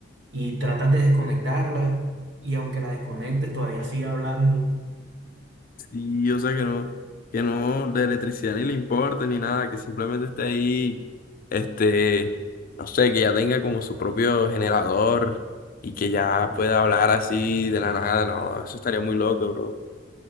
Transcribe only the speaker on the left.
Sí, o sea que no, que no la electricidad ni le importe ni nada, que simplemente esté ahí, este, no sé, que ya tenga como su propio generador y que ya pueda hablar así de la nada, no, eso estaría muy loco, bro. O